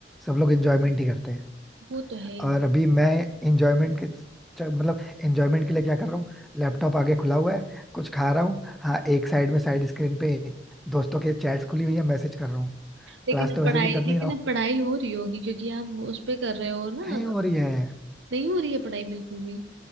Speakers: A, in the centre; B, on the right.
A: सब लोग एंजॉयमेंट ही करते हैं
B: वो तो है ही
A: और अभी मैं इंजॉयमेंट के च- मतलब इंजॉयमेंट के लिए क्या कर रहा हूँ लैपटॉप आगे खुला हुआ है कुछ खा रहा हूँ हाँ एक साइड में साइड स्क्रीन पे दोस्तों के चैट्स खुली हुई है मैसेज कर रहा हूँ
B: लेकिन
A: क्लास
B: अब
A: तो वैसे
B: पढ़ाई
A: भी कर नहीं
B: लेकिन
A: रहा हूँ
B: अब पढ़ाई हो रही होगी क्योंकि आप उस पे कर रहे हो ना
A: नहीं हो रही है
B: नहीं हो रही है पढ़ाई बिल्कुल भी